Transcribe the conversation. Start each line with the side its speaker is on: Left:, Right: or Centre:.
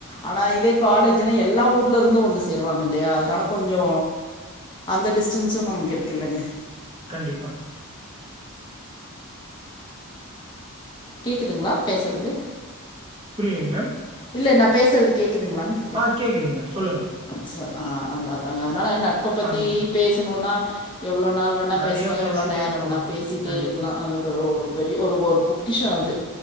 Left: ஆனா இதே காலேஜுன்னா எல்லா ஊர்ல இருந்தும் வந்து சேருவாங்க இல்லயா அதனால கொஞ்சோ அந்த டிஸ்டன்ஸும் நமக்கு இருக்கில்லைங்க
Right: கண்டிப்பா
Left: கேக்குதுங்களா பேசறது
Right: புர்ரிலிங் மேம்
Left: இல்ல நா பேசறது கேக்குதுங்களா கேக்
Right: ஆ கேக்குதுங்க சொல்லுங்க
Left: ச ஆ அதா அதாங்க அதனா நட்ப பத்தி
Right: ஆம்
Left: பேசணுன்னா எவ்ளோ நாள் வேணா
Right: நெறைய
Left: பேசலா
Right: பேசிட்டே
Left: எவ்ளோ நேர
Right: போலாம்
Left: வேணா பேசிட்டே
Right: கண்டிப்பா
Left: இருக்கலா அது ஒன் ஒரு பெரிய ஒரு ஒரு பொக்கிஷோ அது